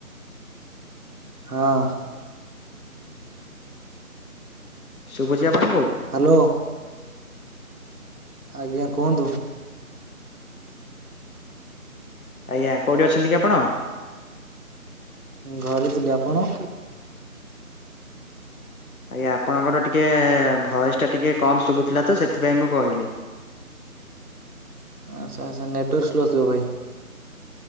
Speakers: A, on the right; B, on the left.
A: ହଁ।
B: ଶୁଭୁଚି ଆପଣଙ୍କୁ?
A: ହ୍ୟାଲୋ। ଆଜ୍ଞା କୁହନ୍ତୁ?
B: ଆଜ୍ଞା କୋଉଠି ଅଛନ୍ତି କି ଆପଣ?
A: ଘରେ ଥିଲି। ଆପଣ?
B: ଆଜ୍ଞା। ଆପଣଙ୍କର ଟିକେ ଭଏସଟା ଟିକେ କମ୍ ଶୁଭୁଥିଲା ତ, ସେଥିପାଇଁ ମୁଁ କହିଲି।
A: ଆଚ୍ଛା। ଆଚ୍ଛା। ନେଟୱାର୍କ ସ୍ଲୋ ଥିବ ଭାଇ।